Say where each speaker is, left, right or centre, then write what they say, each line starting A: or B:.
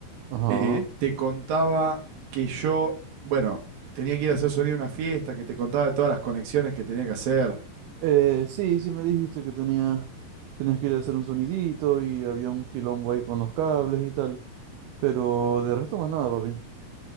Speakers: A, on the right; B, on the right.
A: Ajá.
B: eh, te contaba que yo, bueno, tenía que ir a hacer sonido a una fiesta, que te contaba de todas las conexiones que tenía que hacer?
A: Eh, sí, sí me dijiste que tenía, tenías que ir a hacer un sonidito y había un quilombo ahí con los cables y tal. Pero de resto más nada, papi.